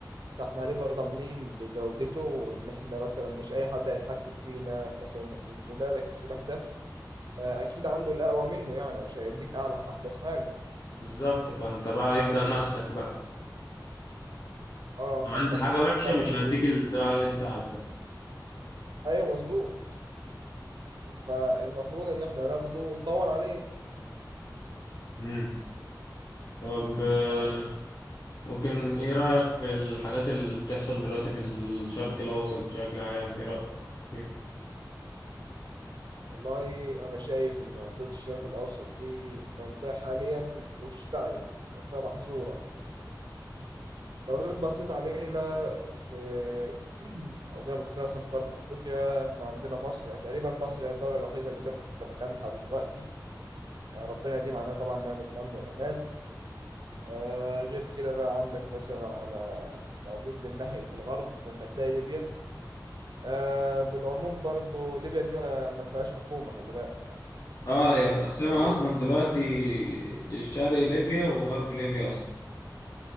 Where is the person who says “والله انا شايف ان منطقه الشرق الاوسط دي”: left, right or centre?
Right